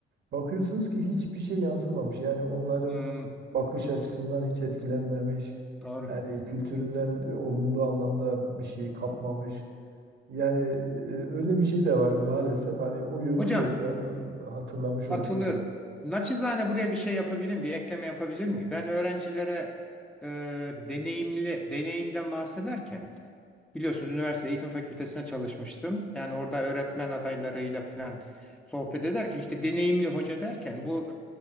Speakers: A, on the right; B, in the centre.
A: Bakıyorsunuz ki hiçbir şey yansımamış. Yani onların
B: Hı,
A: bakış açısından hiç etkilenmemiş.
B: doğru.
A: Yani kültüründen e, olumlu anlamda bir şey kapmamış. Yani e, öyle bir şey de var maalesef. Hani o yönünü
B: Hocam
A: de şu an e, hatırlamış
B: Katılıyorum.
A: oldum.
B: Naçizane buraya bir şey yapabilir miyim? Bir ekleme yapabilir miyim? Ben öğrencilere e, deneyimli, deneyimden bahsederken biliyorsunuz üniversite eğitim fakültesine çalışmıştım. Yani orada öğretmen adaylarıyla falan sohbet ederken işte deneyimli hoca derken bu